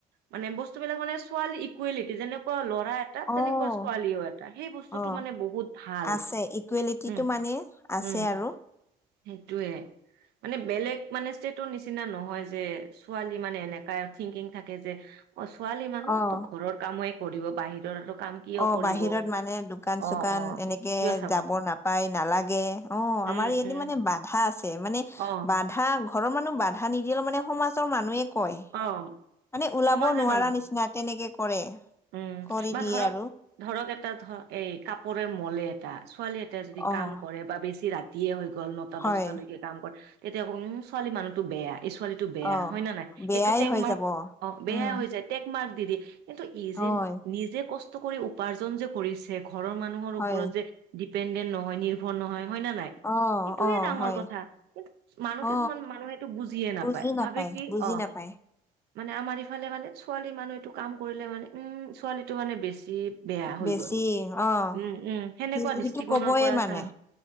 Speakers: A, on the right (about 75°); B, on the left (about 15°).
A: মানে বস্তুবিলাক মানে ছোৱালী ইকুৱেলিটি যেনেকুৱা ল'ৰা এ
B: অহ,
A: তেনেকুৱা ছোৱালীও এটা সেই বস্তুটো
B: অহ,
A: মানে বহুত ভাল
B: আছে ইকুৱেলিটিটো
A: উম
B: মানে আছে
A: উম
B: আৰু।
A: সেইটোয়ে মানে বেলেগ মানে ষ্টেটৰ নিচিনা নহয় যে ছোৱালী মানে এনেকা থিংকিং থাকে যে অ', ছোৱালী মানুহ
B: অহ,
A: তো ঘৰৰ কাময় কৰিব বাহিৰৰো কাম কিয়
B: অ',
A: কৰিব
B: বাহিৰত মানে দোকান
A: অ
B: চোকান
A: অ
B: এনেকে
A: কিয় চাব
B: যাব নাপায় নালাগে অ',
A: উম
B: আমাৰ ইয়াতে
A: উম
B: মানে বাঘ বাধা আছে মানে
A: অ
B: বাধা ঘৰৰ মানুহ বাধা নিদিলেও মানে সমাজৰ মানুহে কয়।
A: অ'।
B: মানে ওলাব
A: সমাজৰ
B: নোৱাৰা
A: মানুহ
B: নিচিনা তেনেকে কৰে।
A: উম
B: কৰি
A: বা
B: দিয়ে
A: ধৰক
B: আৰু।
A: ধৰক এটা ধৰ এই কাপোৰে ম'লে এটা ছোৱালী এটা এয়া যদি
B: অহ,
A: কাম কৰে বা বেছি ৰাতিয়ে হৈ গ'ল নটা
B: হয়।
A: দহটা লৈকে কাম কৰ তেতিয়া উম ছোৱালী মানুহতো বেয়া এই ছোৱালী টো বেয়া
B: অ
A: হয় ন নাই
B: বেয়াই
A: এইটো টেগ
B: হৈ
A: মাৰ্ক
B: যাব
A: অ', বেয়া
B: উম
A: হৈ যায়। টেক মাৰ্ক দি দিয়ে কিন্তু ই
B: হয়
A: যে নিজে কষ্ট কৰি উপাৰ্জন যে কৰিছে ঘৰৰ মানুহে ঘৰৰ মানুহৰ
B: হয়
A: ওপৰত ডিপেন্দন নহয় নিভ নিৰ্ভৰ নহয় হয় ন নাই
B: অ
A: সেইটোয়ে
B: অ
A: ডাঙৰ
B: হয়
A: কথা কিন্তু মানুহ
B: অ
A: কিছুমান মানুহে বুজিয়ে নাপায়
B: বুজি
A: ভাবে কি
B: বুজি
A: অ'
B: নাপায়
A: মানে আমাৰ ইফালে মানে ছোৱালী মানুহ এইটো কাম কৰিলে মানে উম ছোৱালীটো মানে বেছি বেয়া হৈ
B: বেছি
A: গ'ল উম,
B: অ
A: উম সেনেকুৱা
B: সেই
A: দৃষ্টিকণৰ
B: সেইটো কবয়ে
A: পৰা
B: মানে
A: চাই